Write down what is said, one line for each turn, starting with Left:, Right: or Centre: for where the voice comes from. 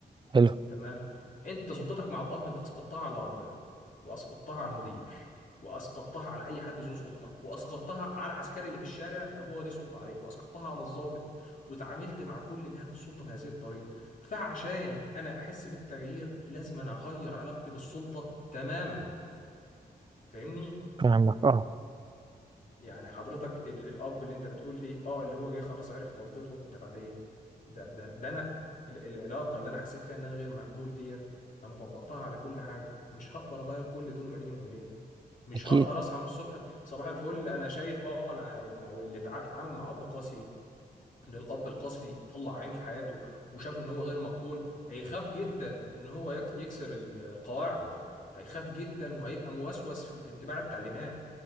Right: حلو
Left: تمام انت سلطتك مع الاب انت اسقطتها على ربنا واسقطتها على المدير واسقطتها على اي حد ذو سلطه واسقطتها على العسكري اللي في الشارع لو هو ليه سلطه عليك واسقطتها على الضابط وتعاملت مع كل جهات السلطه بهذه الطريقه فعشان انا احس بالتغيير لازم انا اغير علاقتي بالسلطه تماما فاهمني
Right: فاهمك اه
Left: يعني حضرتك ال الاب اللي انت بتقول لي اه اللي هو جه خلاص عرف غلطته انت بعد ايه ده ده, ده انا ال العلاقه اللي انا حسيت فيها ان انا غير مقبول ديت انا طبقتها على كل حاجه مش هقدر اغير كل دول ما بين يوم وليله مش
Right: اكيد
Left: هقدر اصحى من الصبح صباح الفل انا شايف اه انا ما هو اللي اتع- اتعامل مع اب قاسي ان الاب القاسي طلع عينه في حياته وشافه ان هو غير مقبول هيخاف جدا ان هو يك يكسر ال- القواعد هيخاف جدا وهيبقى موسوس في, في اتباع التعليمات